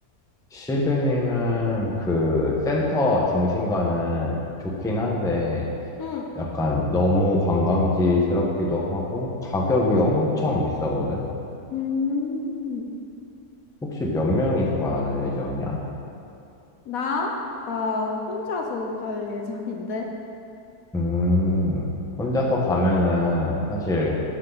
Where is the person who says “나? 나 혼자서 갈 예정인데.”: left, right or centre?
Left